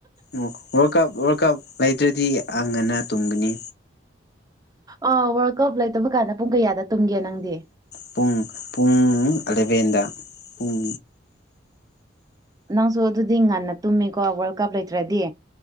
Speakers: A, on the left (about 55°); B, on the right (about 20°).
A: ꯑꯣ ꯋꯥꯔꯜ ꯀꯞ ꯋꯥꯔꯜ ꯀꯞ ꯂꯩꯗ꯭ꯔꯗꯤ ꯑ ꯉꯟꯅ ꯇꯨꯝꯒꯅꯤ
B: ꯑ ꯋꯥꯔꯜ ꯀꯞ ꯂꯩꯇꯕ ꯀꯥꯟꯗ ꯄꯨꯡ ꯀꯌꯥꯗ ꯇꯨꯝꯒꯦ ꯅꯪꯗꯤ
A: ꯄꯨꯡ ꯄꯨꯡ ꯑꯦꯂꯦꯚꯦꯟꯗ ꯄꯨꯡ
B: ꯅꯪꯁꯨ ꯑꯗꯨꯗꯤ ꯉꯟꯅ ꯇꯨꯝꯃꯤꯀꯣ ꯋꯥꯔꯜ ꯀꯞ ꯂꯩꯇ꯭ꯔꯗꯤ